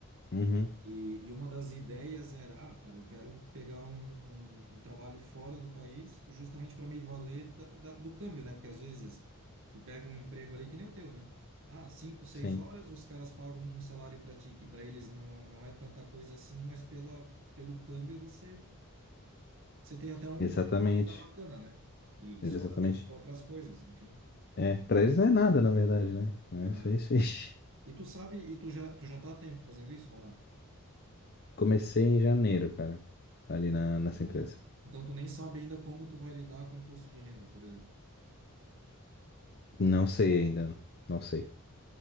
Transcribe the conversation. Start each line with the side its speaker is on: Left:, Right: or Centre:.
Left: Uhum.
Right: E, e uma das ideias era, ah, cara, eu quero pegar um, um, um trabalho fora do país, justamente para me valer da, da, do câmbio, né? Porque às vezes tu pega um emprego ali que nem o teu, né? Ah, cinco, seis
Left: Sim.
Right: horas, os caras pagam um salário para ti, que para eles não, não é tanta coisa assim, mas pela, pelo câmbio você, você tem até um,
Left: Exatamente.
Right: uma renda bacana, né? E
Left: Exatamente.
Right: sobra tempo para outras coisas, enfim.
Left: É, pra eles não é nada, na verdade, né? É,
Right: Aham.
Left: sei, sei. <laughs>
Right: E tu sabe, e tu já, tu já tá há tempo fazendo isso ou não?
Left: Comecei em janeiro, cara, ali na, nessa
Right: Ah,
Left: empresa.
Right: Então, tu nem sabe ainda como tu vai lidar com o imposto de renda, por exemplo.
Left: Não sei ainda, não sei.